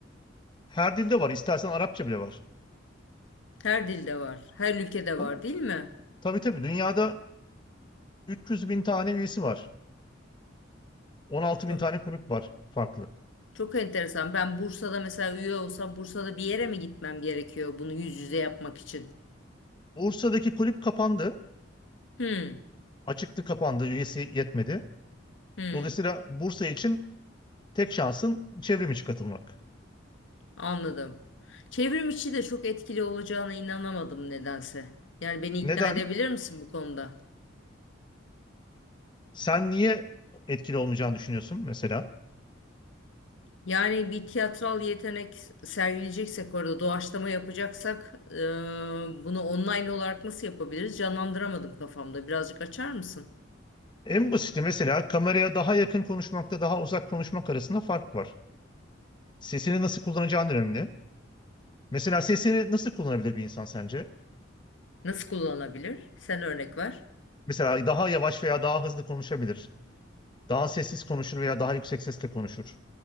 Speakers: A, on the left; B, on the left.
A: Her dilde var. İstersen Arapça bile var.
B: Her dilde var, her ülkede
A: Tabii
B: var değil mi?
A: tabii. tabii. Dünyada 300 bin tane üyesi var. 16
B: Çok,
A: bin tane kulüp var farklı.
B: çok enteresan. Ben Bursa'da mesela üye olsam Bursa'da bir yere mi gitmem gerekiyor bunu yüz yüze yapmak için?
A: Bursa'daki kulüp kapandı.
B: Hmm,
A: Açıktı kapandı. Üyesi yetmedi.
B: hmm,
A: Dolayısıyla Bursa için tek şansın çevrim içi katılmak.
B: anladım. Çevrim içi de çok etkili olacağına inanamadım nedense. Yani beni ikna
A: Neden?
B: edebilir misin bu konuda?
A: Sen niye etkili olmayacağını düşünüyorsun mesela?
B: Yani bir tiyatral yetenek sergileyeceksek orada doğaçlama yapacaksak e, bunu online olarak nasıl yapabiliriz? Canlandıramadım kafamda. Birazcık açar mısın?
A: En basiti mesela kameraya daha yakın konuşmakta daha uzak konuşmak arasında fark var. Sesini nasıl kullanacağın önemli. Mesela sesini nasıl kullanabilir bir insan sence?
B: Nasıl kullanabilir? Sen örnek ver.
A: Mesela daha yavaş veya daha hızlı konuşabilir. Daha sessiz konuşur veya daha yüksek sesle konuşur.